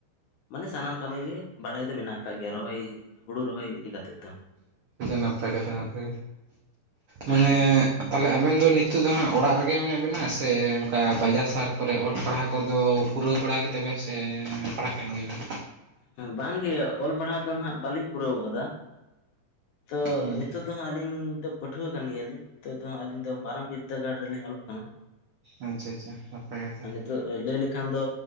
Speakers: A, on the left (about 65°); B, on the right (about 85°).
A: ᱢᱟᱱᱮ ᱥᱟᱱᱟᱢ ᱠᱟᱹᱢᱤ ᱜᱮ ᱵᱟᱲᱟᱭ ᱫᱚ ᱢᱮᱱᱟᱜ ᱟᱠᱟᱫ ᱜᱮᱭᱟ ᱨᱚᱦᱚᱭ ᱦᱩᱲᱩ ᱨᱚᱦᱚᱭ ᱤᱫᱤ ᱠᱟᱛᱮᱜ ᱫᱚ
B: ᱱᱟᱯᱟᱭ ᱠᱟᱛᱷᱟ ᱜᱚᱢᱠᱮ ᱢᱟᱱᱮᱼᱼ
A: ᱦᱩᱸ
B: ᱛᱟᱦᱚᱞᱮ ᱟᱵᱮᱱ ᱫᱚ ᱱᱤᱛᱳ ᱫᱚ ᱦᱟᱸᱟᱜ ᱚᱲᱟᱜ ᱨᱮᱜᱮ ᱢᱮᱱᱟᱜ ᱵᱮᱮᱱᱟ ᱥᱮ ᱚᱱᱠᱟ ᱵᱟᱡᱟᱨ ᱥᱟᱨ ᱠᱚᱨᱮ ᱚᱞ ᱯᱟᱲᱦᱟᱣ ᱠᱚᱫᱚᱼᱼ ᱯᱩᱨᱟᱹᱣ ᱵᱟᱲᱟ ᱠᱮᱫᱟ ᱵᱮᱱ ᱥᱮ ᱯᱟᱲᱦᱟᱜ ᱠᱟᱱ ᱜᱮᱵᱮᱱᱼᱼ
A: ᱵᱟᱝᱜᱮ ᱚᱞ ᱯᱟᱲᱦᱟᱣ ᱫᱚ ᱱᱟᱦᱟᱜ ᱵᱟᱹᱞᱤᱧ ᱯᱩᱨᱟᱹᱣ ᱟᱠᱟᱫᱟ ᱛᱚ
B: ᱦᱩᱸ
A: ᱱᱤᱛᱳᱼᱼ ᱱᱤᱛ ᱟᱹᱞᱤᱧ ᱯᱟᱹᱴᱷᱩᱣᱟᱹ ᱠᱟᱱ ᱜᱮᱭᱟᱞᱤᱧ ᱱᱤᱛᱚᱜ ᱫᱚ ᱟᱹᱞᱤᱧ ᱫᱚ ᱢᱟᱨᱟᱝ ᱵᱤᱫᱽᱫᱟᱹᱜᱟᱲ ᱨᱮᱞᱤᱧ ᱚᱞᱚᱜ ᱠᱟᱱᱟ᱾
B: ᱟᱪᱪᱷᱟ ᱟᱪᱪᱷᱟ ᱱᱟᱯᱟᱭ ᱠᱟᱛᱷᱟ
A: ᱱᱤᱛᱚᱜ ᱞᱟᱹᱭ ᱞᱮᱠᱷᱟᱱ ᱫᱚ